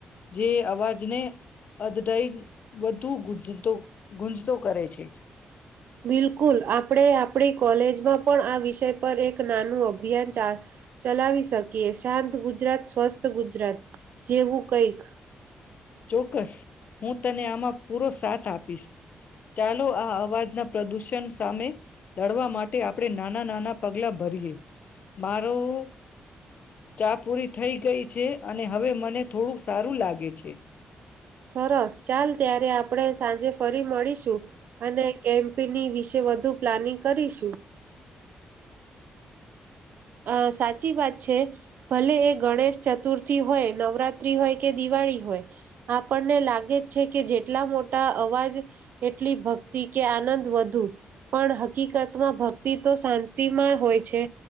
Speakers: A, on the left; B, on the right.
A: જે અવાજને અધડાઈ વધુ ગુંજતો ગુંજતો કરે છે.
B: બિલકુલ. આપણે આપણી કોલેજમાં પણ આ વિષય પર એક નાનું અભિયાન ચા ચલાવી શકીએ, શાંત ગુજરાત સ્વસ્થ ગુજરાત, જેવું કંઈક.
A: ચોક્કસ. હું તને આમાં પૂરો સાથ આપીશ. ચાલો આ અવાજ ના પ્રદૂષણ સામે લડવા માટે આપણે નાના-નાના પગલા ભરીએ. મારું ચા પૂરી થઈ ગઈ છે અને હવે મને થોડું સારું લાગે છે.
B: સરસ ચાલ ત્યારે આપડે સાંજે ફરી મળીશું. અને કેમ <unintelligible> ની વિશે વધુ પ્લાનિંગ કરીશું. આ સાચી વાત છે. ભલે એ ગણેશ ચતુર્થી હોય, નવરાત્રી હોય, કે દિવાળી હોય, આપણને લાગે જ છે કે જેટલા મોટા અવાજ એટલી ભક્તિ કે આનંદ વધુ, પણ હકીકતમાં ભક્તિ તો શાંતિમાં હોય છે.